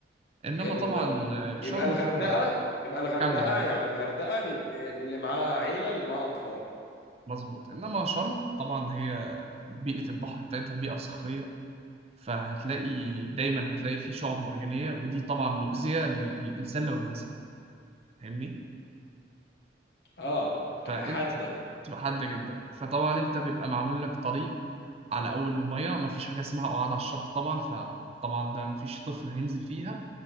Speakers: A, on the right; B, on the left.
A: إنما
B: حلو
A: طبعا
B: ده
A: آه، شرم
B: يبقى الغردقة
A: فيها
B: يبقى الغردقة
A: كمل أهو
B: يعني الغردقة لل- للي معاه عيلة اللي معاه أطفال
A: مظبوط إنما شرم طبعا هي بيئة البحر بتاعتها بيئة صخرية فهتلاقي دايما هتلاقي فيه شعب مرجانية ودي طبعا مؤذية للإنسان لو لمسها فاهمني
B: اه بتبقى
A: فأنت
B: حادة
A: تبقى حادة جدا فطبعا أنت بيبقى معمول لك طريق على أول المية مفيش حاجة اسمها قعاد على الشط طبعا فطبعا ده مفيش طفل هينزل فيها